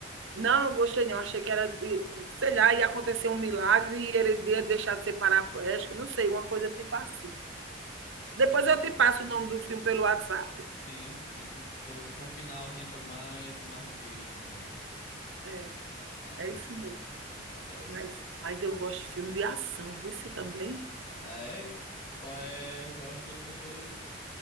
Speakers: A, on the right; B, on the left.
A: Não, gostei não. Achei que era, de- sei lá, ia acontecer um milagre e ele ia deixar de ser paraplégico, não sei, uma coisa tipo assim. Depois
B: Pô,
A: eu te passo o nome do filme pelo WhatsApp.
B: Sim, sim. Tu- foi O final assim foi mais, foi mais triste, então.
A: É,
B: Ah,
A: é isso mesmo.
B: acontece.
A: Mas, mas eu gosto de filme de ação, vê se também.
B: Ah, é? Qual é, qual é os teus preferidos?